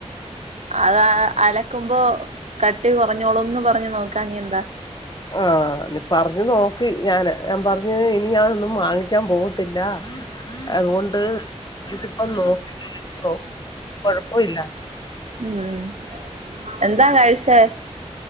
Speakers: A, on the right (about 75°); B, on the left (about 40°).
A: അതാ അലക്കുമ്പോ കട്ടി കുറഞ്ഞോളുംന്ന് പറഞ്ഞ് നോക്കാഞ്ഞെ എന്താ
B: ആഹ് ഇനി പറഞ്ഞു നോക്കി ഞാന് ഞാൻ പറഞ്ഞ് ഇനി ഞാനൊന്നും വാങ്ങിക്കാൻ പോവത്തില്ലാ അതുകൊണ്ട് ഇതിപ്പം നോക്കി <unintelligible> കൊഴപ്പോ ഇല്ല
A: ഉം എന്താ കഴിച്ചേ?